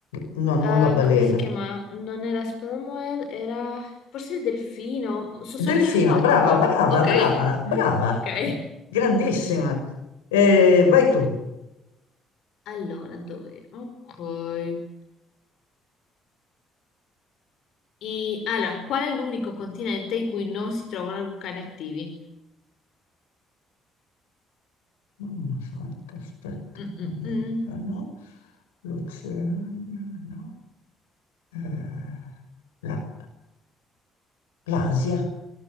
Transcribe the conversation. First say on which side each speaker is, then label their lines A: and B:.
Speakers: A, on the left; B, on the left.
A: no, non
B: eh,
A: la balena.
B: come si chiama? Non era sperm whale, era forse il delfino, so solo
A: Delfino,
B: che è acquatico.
A: brava, brava,
B: Ok,
A: brava, brava,
B: ok.
A: grandissima. Eh, vai tu.
B: Allora, dove? Ok. I- allora, qual è l'unico continente in cui non si trovano vulcani attivi?
A: Mamma santa, aspetta,
B: Mm,
A: l'America
B: mm, mm.
A: no, l'Oceania no, eh, la- l'Asia